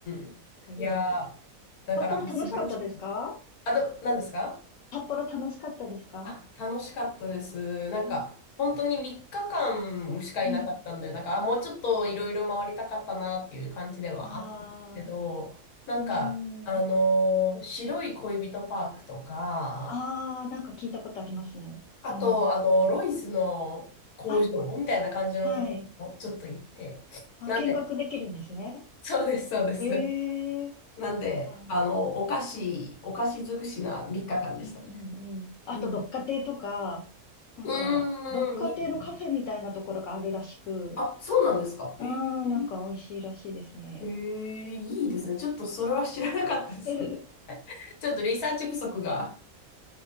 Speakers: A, on the left; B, on the left.
A: ん。
B: かります。
A: いやーだから、
B: 札幌楽しかったですか
A: あ、素晴らしい。あと、何ですか
B: 札幌楽しかったですか
A: あ、楽しかったです。なんか、
B: うん。
A: 本当に3日間しかいなかったんで、
B: うん。
A: なんか、あもうちょっといろいろ回りたかったなっていう感じではあったんですけど、
B: ああ、う
A: なんか、
B: ーん。
A: あのー白い恋人パークとか、
B: ああ、なんか聞いたことありますね。
A: あと、
B: うん。
A: あの、ロイスの工場みたいな感じのところもちょっと行って、
B: あ、はい。あ、
A: なんで、
B: 見学できるんですね。
A: そうです、そうです。
B: ええ
A: なんで、
B: あ、
A: あの、お菓子、お菓子尽くしな3日間でしたね。
B: うんうんうん。あと、
A: うん、
B: 六花亭とか、なんか、
A: うーん、
B: 六花亭のカフェみたいなところがあるらしく、
A: いいですね。あ、そうなんですか。
B: ああ、
A: えー
B: なんか美味しいらしいですね。
A: ええいいですね。
B: うん
A: ちょっとそれは知らなかったです。
B: <laughs>
A: <laughs> ちょっとリサーチ不足が。